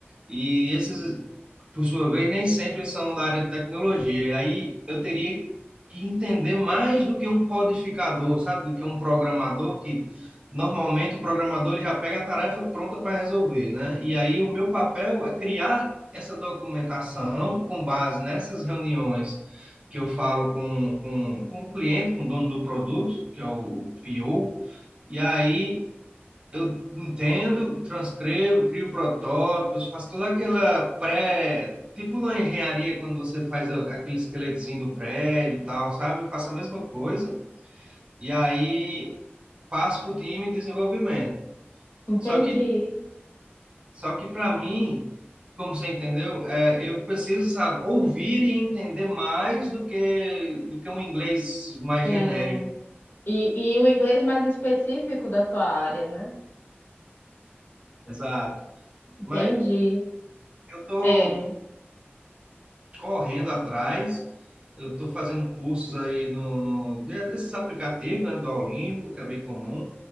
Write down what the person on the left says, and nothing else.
Entendi,
sim.
E, e o inglês mais específico da tua área, né?
Entendi.
É.